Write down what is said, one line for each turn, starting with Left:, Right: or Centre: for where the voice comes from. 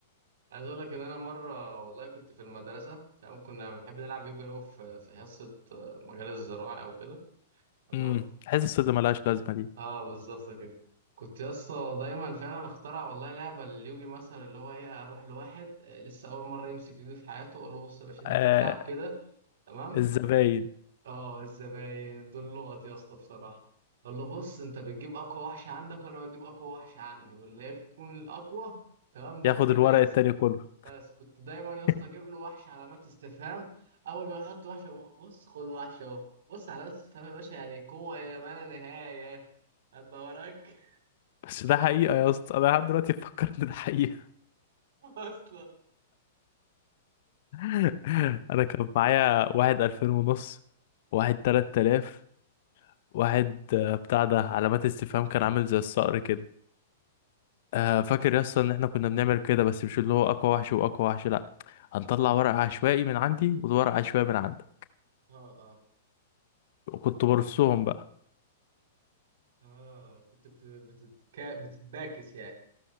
Right: عايز اقول لك ان انا مره والله كنت في المدرسه تمام كنا بنحب نلعب يوجا قوي في في حصه آه، مجال الزراعه او كده تمام
Left: امم حاسس اللي ملهاش لازمة دي
Right: اه بالظبط كده كنت يا اسطى دايما فعلا اخترع والله لعبه لليوجي مثلا اللي هو ايه اروح لواحد آه، لسه اول مره يمسك يوجي في حياته اقول له بص يا باشا دي
Left: آه
Right: بتتلعب كده تمام
Left: الزباين
Right: اه الزباين دول لقط يا اسطى بصراحه اقول له بص انت بتجيب اقوى وحش عندك وانا بجيب اقوى وحش عندي واللي يكون الاقوى تمام دوت
Left: ياخد
Right: كده
Left: الورق
Right: يكسب
Left: التاني كله
Right: بس كنت دايما يا اسطى
Left: <laughs>
Right: اجيب له وحش علامات استفهام اول ما يحط وحش يقوم بص خد وحش اهو بص علامات استفهام يا باشا يعني قوه الى ما لا نهايه هبقى وراك
Left: بس ده حقيقة يا اسطى انا لحد دلوقتي بفكر ان ده حقيقة
Right: <laughs> اصلا
Left: <laughs> انا كان معايا واحد الفين ونص واحد تلات الاف واحد آه، بتاع ده علامات استفهام كان عامل زي الصقر كده آه، فاكر يا اسطى ان احنا كنا بنعمل كده بس مش اللي هو اقوى وحش واقوى وحش لا هنطلع ورق عشوائي من عندي وورق عشوائي من عندك
Right: اه اه
Left: وكنت برصهم بقى
Right: اه كنت بت... بتتك... بتتباكس يعني